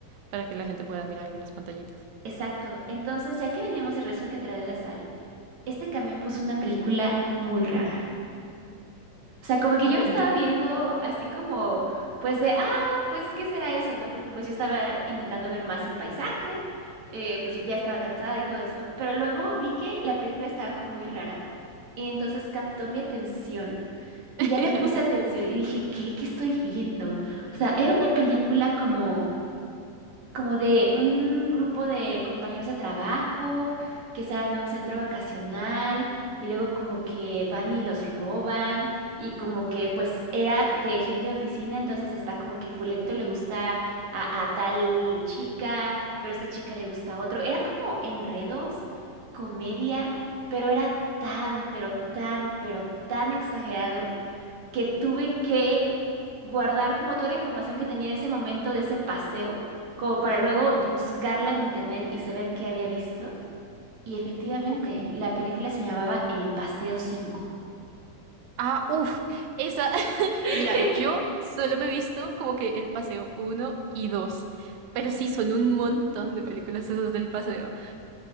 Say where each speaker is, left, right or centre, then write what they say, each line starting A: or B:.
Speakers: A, on the right (about 85°); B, on the right (about 60°).
A: para que la gente pueda mirar las pantallitas.
B: exacto. Entonces, ya que veníamos de Rezo que trae de la Sal, este camión puso una película muy rara. O sea, como que
A: Ok.
B: yo lo estaba viendo así como, pues de, ah, pues, ¿qué será eso, no? Porque pues yo estaba intentando ver más el paisaje, eh, pues ya estaba cansada y todo eso, pero luego vi que la película estaba como muy rara y entonces captó mi atención y
A: <laughs>
B: ya le puse atención y dije, ¿qué? ¿Qué estoy viendo? O sea, era una película como como de un grupo de compañeros de trabajo que salen en un centro vacacional y luego como que van y los roban y como que pues era de gente de oficina, entonces está como que fulanito le gusta a, a tal chica, pero a esta chica le gusta a otro. Era como enredos, comedia, pero era tan, pero tan, pero tan exagerado que tuve que guardar como toda la información que tenía en ese momento de ese paseo, como para luego buscarla en internet y saber qué había visto. Y efectivamente,
A: Ok.
B: la película se llamaba El Paseo cinco
A: Ah, uff, esa. <laughs>
B: <laughs>
A: Mira, yo solo me he visto como que el paseo uno y 2. Pero sí, son un montón de películas esas del paseo.